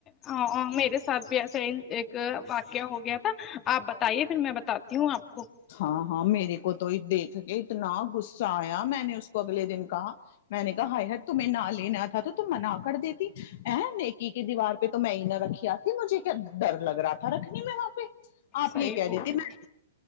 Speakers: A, on the left (about 25°); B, on the left (about 55°).
A: ہاں ہاں میرے ساتھ بھی ایسا ہی ایک واقعہ ہو گیا تھا آپ بتائیے پھر میں بتاتی ہوں آپ کو
B: ہاں ہاں میرے کو تو ہی دیکھ کے اتنا غصہ آیا میں نے اس کو اگلے دن کہا میں نے کہا ہت تمہیں نہ لینا تھا تو تم منا کر دیتی ا نیکی کے دیوار تو میں ہی نہ رکھی آتی مجھے کیا ڈر لگ رہا تھا رکھنے میں وہاں پہ آپ
A: صحیح
B: یہ کہہ
A: بول
B: دیتی
A: رہی ہیں،
B: میں